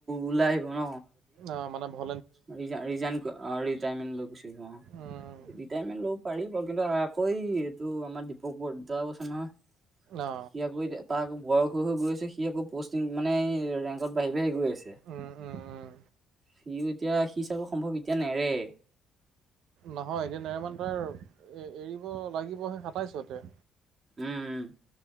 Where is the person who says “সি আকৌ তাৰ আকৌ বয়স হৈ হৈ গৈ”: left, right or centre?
Right